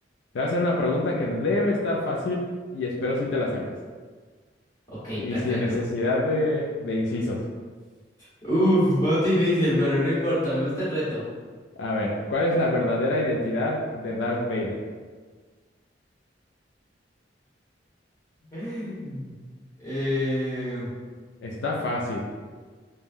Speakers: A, on the left (about 75°); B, on the left (about 20°).
A: te voy a hacer una pregunta que debe estar fácil y espero si te la sepas.
B: Ok,
A: Y
B: perfecto.
A: sin necesidad de, de incisos.
B: Uf, más difícil, pero no importa, me gusta el reto.
A: A ver, ¿cuál es la verdadera identidad de Darth Vader?
B: <laughs> Eh,
A: Está fácil.